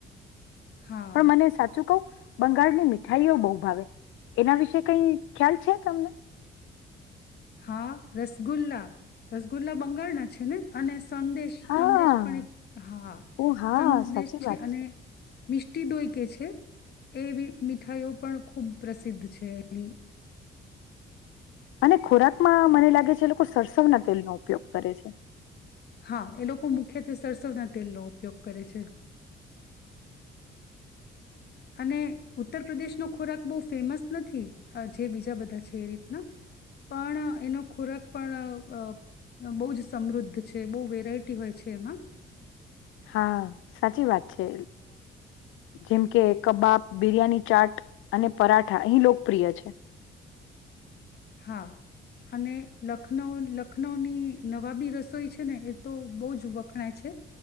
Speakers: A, on the left (about 55°); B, on the left (about 80°).
A: હા.
B: પણ મને સાચું કવ બંગાળની મીઠાઈઓ બહુ ભાવે, એના વિશે કઈ ખ્યાલ છે તમને?
A: હા રસગુલ્લા, રસગુલ્લા બંગાળના છે ને અને સંદેશ
B: હા
A: સંદેશ પણ એક હા,
B: ઓ હા
A: સંદેશ
B: સાચી
A: છે
B: વાત
A: અને મિસ્ટી દોય કે છે, એવી મીઠાઈઓ પણ ખૂબ પ્રસિદ્ધ છે એની.
B: અને ખોરાકમાં મને લાગે છે એ લોકો સરસવના તેલનો ઉપયોગ કરે છે.
A: હા એ લોકો મુખ્યત્વે સરસવના તેલનો ઉપયોગ કરે છે. અને ઉત્તર પ્રદેશનો ખોરાક બહુ ફેમસ નથી જે બીજા બધા છે એ રીતના, પણ એનો ખોરાક પણ બહુ જ સમૃદ્ધ છે બહુ વેરાયટી હોય છે એમાં.
B: હા સાચી વાત છે, જેમ કે કબાબ બિરિયાની ચાટ અને પરાઠા અહી લોકપ્રિય છે.
A: હા, અને લખનઉ લખનઉની નવાબી રસોઈ છે ને એ તો બહુ જ વખણાય છે,